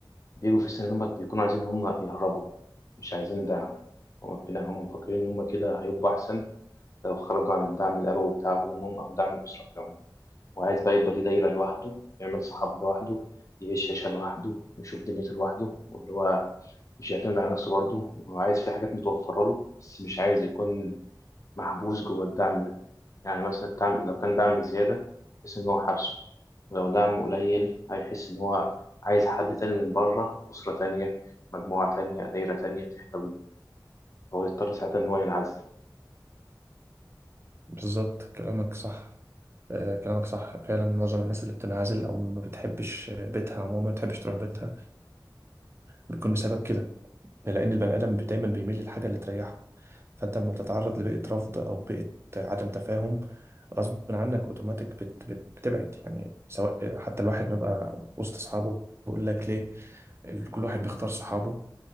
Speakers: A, on the left; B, on the right.
A: بيجوا في السن ده بيكونوا عايزين هم يهربوا مش عايزين دعم هم بناء هم مفكرين إن هم كده هيبقوا أحسن لو خرجوا عن الدعم الأبوي بتاع أبوهم أو دعم الأسرة في العموم وعايز بقى يبقى ليه دايرة لوحده يعمل صحاب لوحده يعيش عيشة لوحده يشوف دنيته لوحده واللي هو مش يعتمد على نفسه برضه وعايز في حاجات متوفرة له بس مش عايز يكون محبوس جوه الدعم ده يعني مثلا الدعم لو كان دعم زيادة يحس إن هو حابسه ولو دعم قليل هيحس إن هو عايز حد تاني من بره أسرة تانية مجموعة تانية دايرة تانية تحتويه هو يضطر ساعتها إن هو ينعزل
B: بالظبط كلامك صح آه كلامك صح فعلا معظم الناس اللي بتنعزل أو ما بتحبش بيتها عموما ما بتحبش تروح بيتها بيكون بسبب كده لأن البني آدم بي- دايما بيميل للحاجة اللي تريحه فأنت لما بتتعرض لبيئة رفض أو بيئة عدم تفاهم غصب عنك أوتوماتيك بت بت بتبعد يعني سواء حتى الواحد ما بقى وسط أصحابه يقول لك ليه ال- كل واحد بيختار صحابه